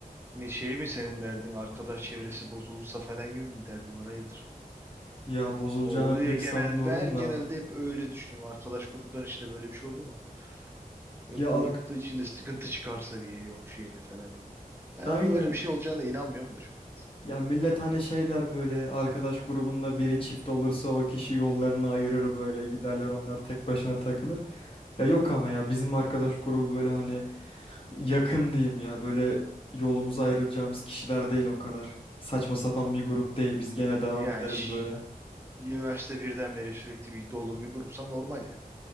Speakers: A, on the right (about 15°); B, on the left (about 35°).
A: Ne şey mi senin derdin? Arkadaş çevresi bozulursa falan gibi mi derdin var? Hayırdır?
B: Ya bozulacağını
A: O oluyor
B: pek
A: genelde.
B: sanmıyorum
A: Ben her genelde
B: da.
A: hep öyle düşünüyorum. Arkadaş grupların içinde böyle bir şey oldu mu? E,
B: Ya
A: grupta
B: ark
A: içinde sıkıntı çıkarsa diye yok şeyle falan diye. Ben
B: aynen
A: bu böyle bir şey olacağına da inanmıyorum da çok fazla.
B: Ya millet hani şey der böyle arkadaş grubunda biri çift olursa o kişi yollarını ayırır böyle giderler onlar tek başına takılır. Ya yok ama ya bizim arkadaş grubu böyle hani yakın diyeyim ya böyle yolumuzu ayrılacağımız kişiler değil o kadar. Saçma sapan bir grup değil biz gene devam
A: E, Yani
B: ederiz
A: şi-
B: böyle.
A: Üniversite birden beri sürekli birlikte olduğum bir grupsa normal ya.